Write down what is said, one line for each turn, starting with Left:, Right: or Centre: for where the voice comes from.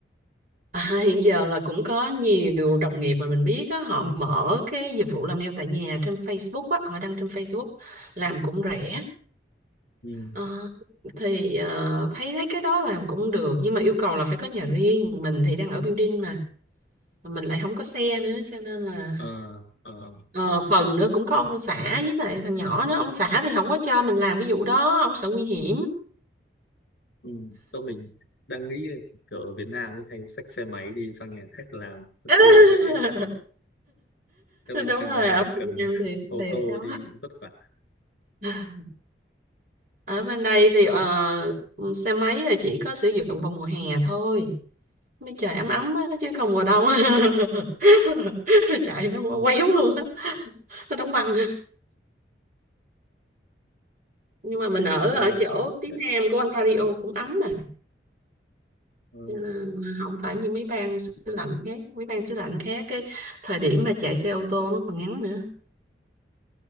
Right: À, hiện giờ là cũng có nhiều đồng nghiệp mà mình biết á, họ mở cái dịch vụ làm nail tại nhà trên Facebook á, họ đăng trên Facebook làm cũng rẻ
Left: ừ.
Right: Ờ, thì ờ, thấy thấy cái đó làm cũng được nhưng mà yêu cầu là phải có nhà riêng mình thì đang ở building mà mình lại không có xe nữa cho nên là
Left: À, à,
Right: ờ, phần nữa cũng có ông xã với lại thằng nhỏ nữa ông xã thì không có cho mình làm cái vụ đó ông sợ nguy hiểm
Left: ừ. Tôi mình đang nghĩ kiểu ở Việt Nam ấy hay xách xe máy đi sang nhà khách làm
Right: <laughs>
Left: thứ dễ ở bên
Right: đúng
Left: Canada
Right: rồi ở
Left: cần
Right: Việt Nam
Left: <laughs>
Right: thì thiệt
Left: ô tô
Right: đó
Left: đi vất vả
Right: <laughs> ở bên đây thì ờ, xe máy là chỉ có sử dụng vào mùa hè thôi mấy trời ấm ấm á chứ còn mùa đông <laughs> chạy nó
Left: Ừ.
Right: quéo luôn á nó đóng băng nhưng mà mình
Left: Thế
Right: ở
Left: bạn
Right: ở
Left: ờ,
Right: chỗ phía
Left: đã,
Right: nam của Ontario cũng ấm mà
Left: ờ,
Right: Cho nên không phải như mấy bang xứ lạnh khác mấy bang xứ lạnh khác cái thời điểm mà chạy xe ô tô nó còn ngắn nữa